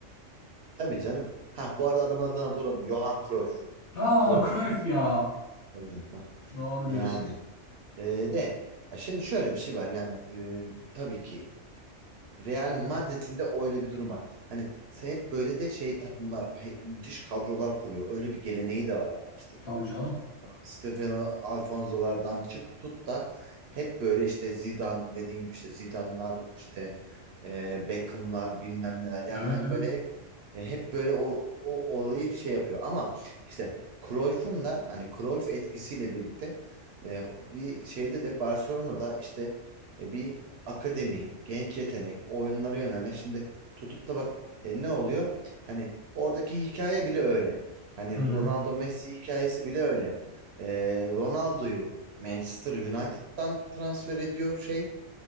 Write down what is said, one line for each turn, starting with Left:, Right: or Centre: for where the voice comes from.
Right: Tabii canım. Ha bu arada adamın adını hatırladım. Johan Cruyff.
Left: Aa
Right: Cruyff.
Left: Cruyff ya.
Right: Tabii canım. Ha.
Left: Doğru
Right: Yani
Left: diyorsun.
Right: e, de ya şimdi şöyle bir şey var yani e, tabii ki Real Madrid'in de öyle bir durum var. Hani hep böyle de şey takımlar hep müthiş kadrolar kuruyor. Öyle bir geleneği de var yani işte.
Left: Tabii canım.
Right: Stefano Alfonso'lardan çık tut da hep böyle işte Zidane dediğin gibi işte Zidane'lar işte e, Beckham'lar bilmem neler yani
Left: Evet
Right: hani
Left: evet.
Right: böyle hep e, hep böyle o, o olayı şey yapıyor ama işte Cruyff'un da hani Cruyff etkisiyle birlikte e, bir şeyde de Barcelona'da işte e, bir akademi, genç yetenek, oyunlara yönelme. Şimdi tutup da bak e, ne oluyor? Hani oradaki hikaye bile öyle. Hani
Left: Hı hı.
Right: Ronaldo Messi hikayesi bile öyle. Ee, Ronaldo'yu Manchester United'dan transfer ediyor şey